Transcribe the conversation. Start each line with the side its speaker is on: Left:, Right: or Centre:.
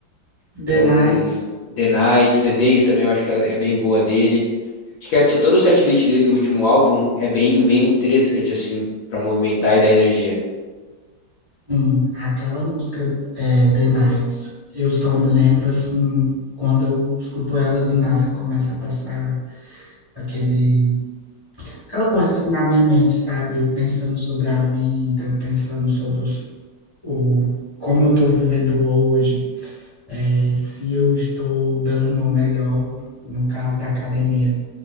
Right: The
Left: Então,
Right: Nights.
Left: The Night, The Days também eu acho que ela é bem boa dele. Acho que é to- todo o setlist dele do último álbum é bem, bem interessante, assim, pra movimentar e dar energia.
Right: Sim, aquela música é, The Nights, eu só me lembro assim, quando eu escuto ela do nada começa a passar aquele, aquela coisa assim na minha mente, sabe? Eu pensando sobre a vida, pensando sobre os, o, como eu tô vivendo hoje, é, se eu estou dando o meu melhor, no caso da academia,